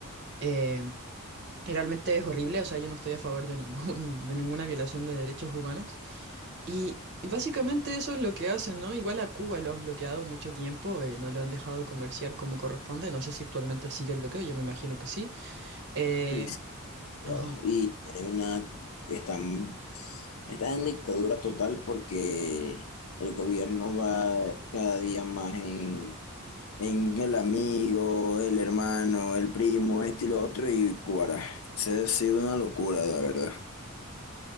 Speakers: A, on the right (about 50°); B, on the left (about 70°).
A: Eh, realmente es horrible, o sea, yo no estoy a favor de ningún, de ninguna violación de derechos humanos. Y, y básicamente eso es lo que hacen, ¿no? Igual a Cuba lo han bloqueado mucho tiempo, eh, no lo han dejado comerciar como corresponde. No sé si actualmente sigue el bloqueo, yo me imagino que sí. Eh,
B: Sí, sí. Ya,
A: ajá.
B: Y tienen una, que están, están en dictadura total porque el gobierno va cada día más en, en el amigo, el hermano, el primo, este y lo otro, y Cuara. Se ha sido una locura, la verdad.